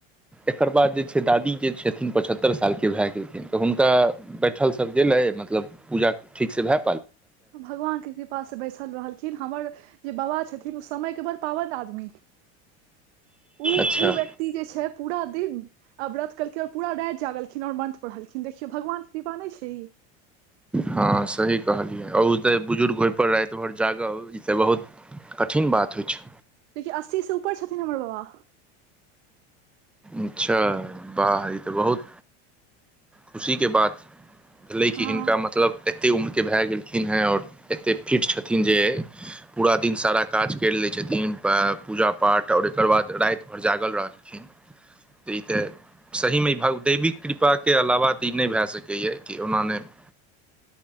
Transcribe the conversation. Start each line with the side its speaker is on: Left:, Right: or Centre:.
Centre: एकर बाद जे छै। दादी जे छथिन पचहत्तर साल के भए गेलखिन तऽ हुनका बैठल सब गेलै ए मतलब पूजा ठीक से भै
Right: भगवान के कृपा से बैसल रहलखिन हमर जे बाबा छथिन ओ समय के बर पाबनि आदमी ओ ओ
Centre: अच्छा
Right: व्यक्ति जे छै। पूरा दिन आ व्रत केलखिन और पूरा रायत जागलखिन और मन्त्र पढ़लखिन देखियौ भगवानके कृपा नहि छै। ई
Centre: हँ, सही कहलियै आ ओ तऽ बुजुर्ग होयप रायत भर जागह ई त बहुत कठिन बात होइ छै।
Right: देखिए अस्सीसँ ऊपर छथिन हमर बाबा
Centre: अच्छा बाह ई तऽ बहुत खुशी के बात भेलै कि
Right: हँ
Centre: हिनका मतलब एते उम्र के भए गेलखिन हे और एते फिट छथिन जे पूरा दिन सारा काज कर ले छथिन तीन पा पूजा पाठ और एकर बाद रायत भर जागल रहलखिन तऽ ई तऽ सहीमे ई भदैविक कृपाके अलावा तऽ ई नय भए सकैए कि ओना नहि <inaudible>